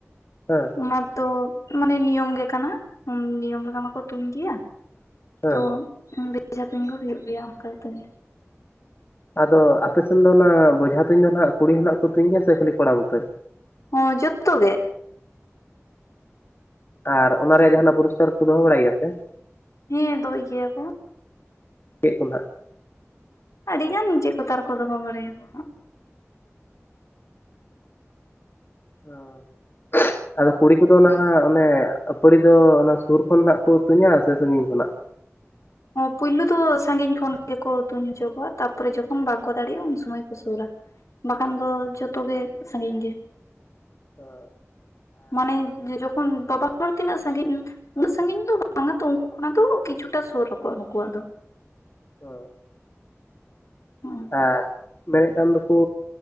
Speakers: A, on the left (about 45°); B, on the left (about 85°).
A: ᱦᱮᱸ᱾
B: ᱚᱱᱟ ᱫᱚ ᱢᱟᱱᱮ ᱱᱤᱭᱚᱢ ᱜᱮ ᱠᱟᱱᱟ ᱱᱤᱭᱚᱢ ᱞᱮᱠᱟ ᱢᱟᱠᱚ ᱛᱩᱧ ᱜᱮᱭᱟ᱾
A: ᱦᱮᱸ
B: ᱛᱚ ᱵᱷᱚᱡᱟ ᱛᱩᱧ ᱦᱚᱸ ᱦᱩᱭᱩᱜ ᱜᱮᱭᱟ ᱚᱱᱠᱟ ᱛᱮᱜᱮ᱾
A: ᱟᱫᱚ ᱟᱯᱮᱥᱱ ᱫᱚ ᱚᱱᱟ ᱵᱚᱡᱷᱟ ᱛᱩᱧ ᱫᱚ ᱦᱚᱸᱱᱟᱜ ᱠᱩᱲᱤ ᱦᱚᱸᱱᱟᱜ ᱠᱚ ᱛᱩᱧ ᱜᱮᱭᱟ ᱥᱮ ᱠᱷᱟᱹᱞᱤ ᱠᱚᱲᱟ ᱢᱚᱛᱚᱡ?
B: ᱦᱮᱸ ᱡᱚᱛᱚ ᱜᱮ᱾
A: ᱟᱨ ᱚᱱᱟ ᱨᱮᱭᱟᱜ ᱡᱟᱦᱱᱟᱜ ᱯᱩᱨᱚᱥᱠᱟᱨ ᱠᱚᱠᱚ ᱫᱚᱦᱚ ᱵᱟᱲᱟᱭ ᱜᱮᱭᱟ ᱥᱮ?
B: ᱦᱮᱸ ᱫᱚᱦᱚᱭ ᱜᱮᱭᱟ ᱠᱚ᱾
A: ᱪᱮᱫ ᱠᱚ ᱦᱟᱸᱜ?
B: ᱟᱹᱰᱤ ᱜᱟᱱ ᱡᱮ ᱠᱚᱛᱟᱨ ᱠᱚ ᱫᱚᱦᱚ ᱵᱟᱲᱟᱭᱟᱠᱚ ᱦᱟᱸᱜ᱾
A: ᱚᱻ ᱟᱫᱚ ᱠᱩᱲᱤ ᱠᱚᱫᱚ ᱱᱟᱦᱟᱜ ᱚᱱᱮ ᱟᱹᱯᱟᱹᱲᱤ ᱫᱚ ᱚᱱᱟ ᱥᱩᱨ ᱠᱷᱚᱱ ᱱᱟᱜ ᱠᱚ ᱛᱩᱧᱟ ᱥᱮ ᱥᱟᱺᱜᱤᱧ ᱠᱷᱚᱱᱟᱜ?
B: ᱯᱳᱭᱞᱩ ᱫᱚ ᱥᱟᱺᱜᱤᱧ ᱠᱷᱚᱱ ᱜᱮᱠᱚ ᱛᱩᱧ ᱦᱚᱪᱚ ᱠᱚᱣᱟ ᱛᱟᱨᱯᱚᱨᱮ ᱡᱚᱠᱷᱚᱱ ᱵᱟᱝᱠᱚ ᱫᱟᱲᱮᱭᱟᱜᱼᱟ ᱩᱱ ᱥᱩᱢᱟᱹᱭ ᱠᱚ ᱥᱩᱨᱟ᱾ ᱵᱟᱠᱷᱟᱱ ᱫᱚ ᱡᱚᱛᱚ ᱜᱮ ᱥᱟᱺᱜᱤᱧ ᱜᱮ᱾
A: ᱚ᱾
B: ᱢᱟᱱᱮ ᱡᱠᱷᱚᱱ ᱵᱟᱵᱟ ᱦᱚᱲ ᱛᱤᱱᱟᱹᱜ ᱥᱟᱺᱜᱤᱧ ᱩᱱᱟᱹᱜ ᱥᱟᱺᱜᱤᱧ ᱫᱚ ᱵᱟᱝᱟ ᱛᱚ ᱩᱱᱠᱩ ᱠᱷᱚᱱᱟᱜ ᱫᱚ ᱠᱤᱪᱷᱩᱴᱟ ᱥᱩᱨ ᱟᱠᱚ ᱱᱩᱠᱩᱣᱟᱜ ᱫᱚ᱾
A: ᱦᱮᱸ᱾
B: ᱦᱚᱸ
A: ᱟᱨ ᱢᱮᱱᱮᱫ ᱠᱟᱱ ᱫᱚᱠᱚ